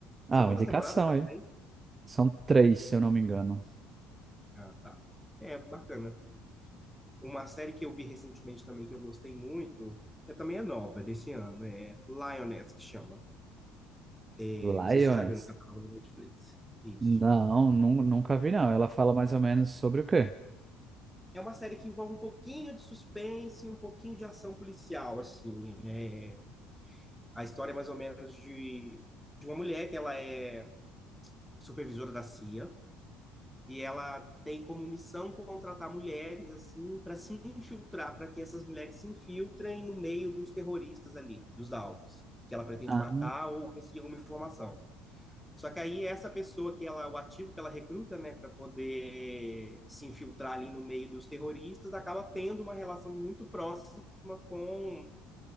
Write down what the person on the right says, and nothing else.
Ah,
uma indicação
aí.
São três, se eu não me engano.
Lioness.
Não, nun- nunca vi não. Ela fala mais ou menos sobre o quê?
Ah,